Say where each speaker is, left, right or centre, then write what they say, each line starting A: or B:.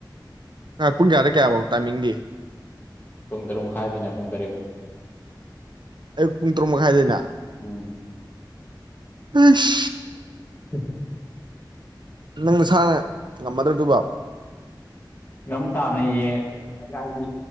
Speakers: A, on the right; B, on the left.
A: ꯄꯨꯡ ꯉꯒꯥꯔ ꯀꯌꯥꯕꯥꯎꯣ ꯇꯥꯏꯃꯤꯡꯗꯤꯦ
B: ꯄꯨꯡ ꯇꯔꯨꯛ ꯃꯈꯥꯏꯗꯅ ꯄꯨꯡ ꯇꯔꯦꯠ
A: ꯑꯌꯨꯛ ꯄꯨꯡ ꯇꯔꯨꯛ ꯃꯈꯥꯏꯗꯩꯅ
B: ꯎꯝ
A: ꯑꯁ
B: <unintelligible>
A: ꯅꯪ ꯅ ꯁꯥꯥꯅ ꯉꯝꯃꯗ꯭ꯔꯕꯗꯨꯕ
B: ꯉꯝ ꯇꯥꯕꯅꯤ ꯌꯦꯡꯉ ꯍꯥꯏꯗꯤ